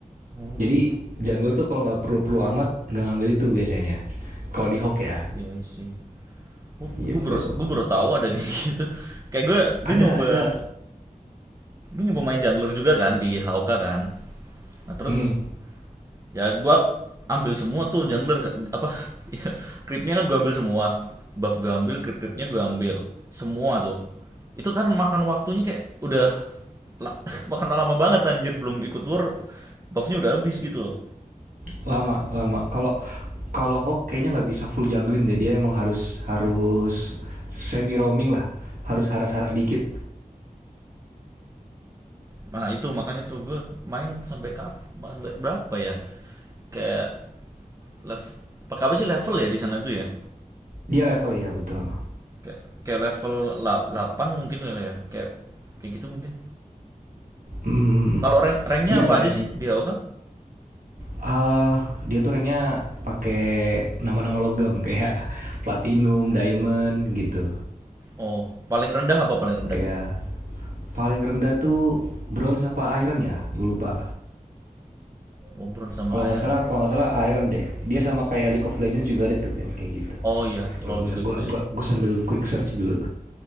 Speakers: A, on the right; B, on the right.
A: Oh,
B: Jadi jungler tuh kalau nggak perlu-perlu amat nggak ngambil itu biasanya. Kalau di hook ya
A: I see, I see. Oh,
B: gitu.
A: gue baru gue baru tahu ada kayak gitu. Kayak gue
B: Ada
A: gue nyoba
B: ada.
A: gue nyoba main jungler juga kan di HOK kan. Nah, terus
B: Hmm,
A: ya gue ambil semua tuh jungler apa <laughs> ya, creepnya kan gue ambil semua. Buff gue ambil, creep-creepnya gue ambil. Semua tuh. Itu kan makan waktunya kayak udah la- <laughs> makan lama banget anjir belum ikut war buffnya udah habis gitu loh.
B: lama lama. Kalau kalau Hawk kayaknya nggak bisa full jungling deh dia emang harus harus semi roaming lah harus haras-haras dikit
A: Nah itu makanya tuh gue main sampai kap sampai berapa ya? Kayak level pakai apa sih level ya di sana tuh ya?
B: dia level ya betul
A: Kayak, kayak level la- mungkin kali ya. Kayak kayak gitu mungkin.
B: mm,
A: Kalau rank ranknya
B: dia
A: apa
B: ada
A: aja
B: range
A: sih di AoK?
B: Ah, dia tuh ranknya pakai nama-nama logam <laughs> kayak platinum, diamond gitu.
A: Oh, paling rendah apa paling rendah?
B: Ya. Paling rendah tuh bronze apa iron ya? Gue lupa.
A: Oh, bronze sama
B: Kalau nggak
A: air
B: salah, kalau nggak salah iron deh. Dia sama kayak League of Legends juga ada tuh kan kayak gitu.
A: Oh iya,
B: Coba
A: LoL
B: gue
A: juga
B: gue
A: gitu ya.
B: gue gua sambil quick search dulu.